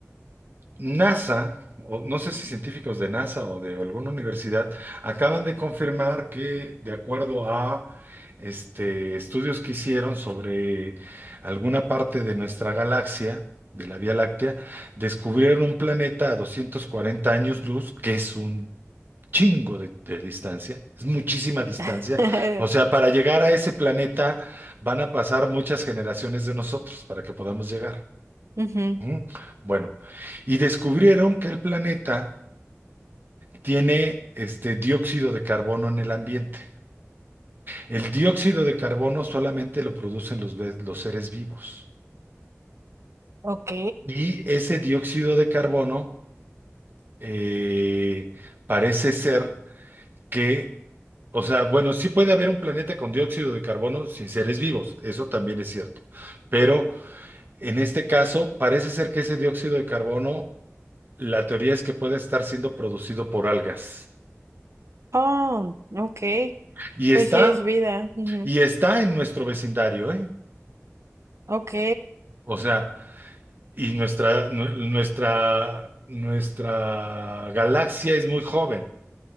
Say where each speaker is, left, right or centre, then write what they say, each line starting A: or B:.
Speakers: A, on the right; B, on the right.
A: NASA, o no sé si científicos de NASA o de alguna universidad, acaban de confirmar que, de acuerdo a este, estudios que hicieron sobre alguna parte de nuestra galaxia, de la Vía Láctea, descubrieron un planeta a 240 años luz, que es un chingo de, de distancia, es muchísima
B: <laughs>
A: distancia. O sea, para llegar a ese planeta van a pasar muchas generaciones de nosotros para que podamos llegar.
B: Ujú,
A: Mm, Bueno, y descubrieron que el planeta tiene este dióxido de carbono en el ambiente. El dióxido de carbono solamente lo producen los, ve- los seres vivos.
B: Ok.
A: Y ese dióxido de carbono eh, parece ser que, o sea, bueno, sí puede haber un planeta con dióxido de carbono sin seres vivos, eso también es cierto. Pero en este caso, parece ser que ese dióxido de carbono, la teoría es que puede estar siendo producido por algas.
B: Oh, ok.
A: Y
B: Pues
A: está,
B: sí es vida. ujú.
A: y está en nuestro vecindario, ¿eh?
B: Ok.
A: O sea, y nuestra, nu- nuestra, nuestra galaxia es muy joven.